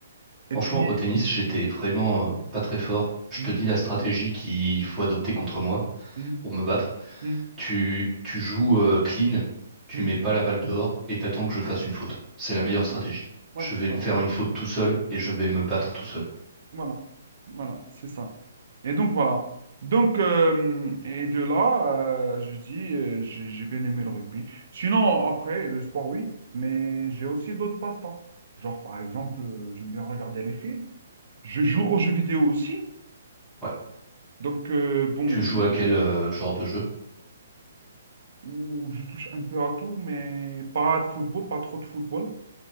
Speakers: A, in the centre; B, on the right.
A: Franchement,
B: Et puis,
A: au tennis, j'étais vraiment euh, pas très fort. Je
B: Mhm,
A: te dis la stratégie qu'il faut adopter contre moi
B: mhm,
A: pour me battre.
B: mhm,
A: Tu, tu joues euh, clean, tu
B: mhm.
A: mets pas la balle dehors et t'attends que je fasse une faute. C'est la meilleure
B: C'est tout.
A: stratégie.
B: ouais,
A: Je vais
B: voilà,
A: faire une faute tout seul et je vais me battre tout seul.
B: voilà, voilà, c'est ça. Et donc voilà. Donc, euh, et de là, euh, je dis, euh, j'ai j'ai bien aimé le rugby. Sinon, après, le sport, oui, mais j'ai aussi d'autres passe-temps. Genre, par exemple, euh, j'aime bien regarder les films. Je joue aux jeux vidéo aussi.
A: Ouais.
B: Donc, euh, bon,
A: Tu joues à quel euh, genre de jeu?
B: où je touche un peu à tout, mais pas de football, pas trop de football.